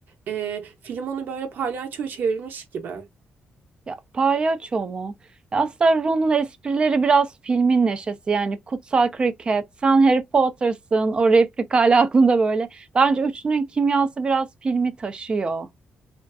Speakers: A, on the right (about 60°); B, on the right (about 30°).
A: e, film onu böyle palyaçoya çevirmiş gibi.
B: Ya palyaço mu? Ya aslında Ron'un esprileri biraz filmin neşesi yani kutsal kriket, sen Harry Potter'sın o replik hala aklımda böyle. Bence üçünün kimyası biraz filmi taşıyor.